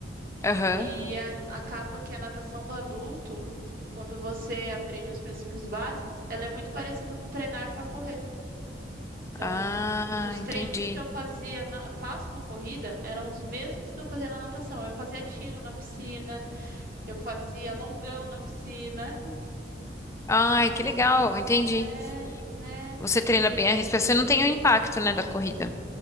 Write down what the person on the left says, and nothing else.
Aham.
Ah,
entendi.
Ai, que legal, entendi.
Você treina bem
a respiração e não tem o impacto, né, da corrida.